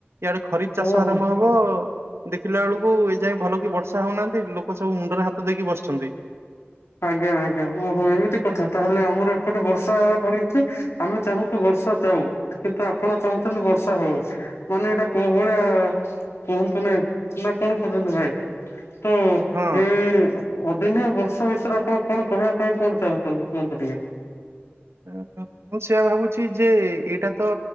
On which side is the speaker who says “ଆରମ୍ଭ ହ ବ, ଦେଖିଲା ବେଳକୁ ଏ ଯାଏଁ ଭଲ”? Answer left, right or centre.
Right